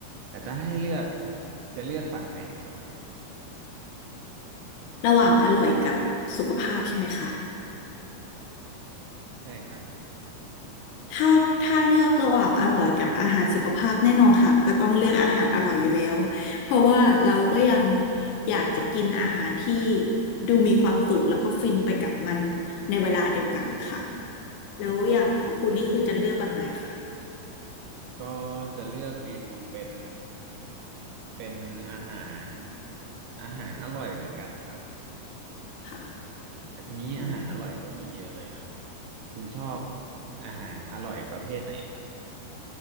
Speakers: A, on the right (about 80°); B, on the left (about 80°).
A: แต่จะให้เลือก จะเลือกฝั่งไหนครับ
B: ระหว่างอร่อยกับสุขภาพใช่ไหมคะ
A: ใช่ครับ
B: ถ้าถ้าเลือกระหว่างอร่อยกับอาหารสุขภาพแน่นอนค่ะก็ต้องเลือกอาหารอร่อยอยู่แล้ว เพราะว่าเราก็ยังอยากจะกินอาหารที่ดูมีความสุขแล้วก็ฟินไปกับมันในเวลาเดียวกันค่ะแล้วอย่างของคุณนี่คือจะเลือกแบบไหนคะ
A: ก็จะเลือกเมนูเป็น เป็นอาหารอาหารอร่อยเหมือนกันครับ
B: ค่
A: แต่ทีนี้อาหารอร่อยก็มีเยอะเลยเนาะ
B: ะ
A: คุณชอบอาหารอร่อยประเภทไหนครับ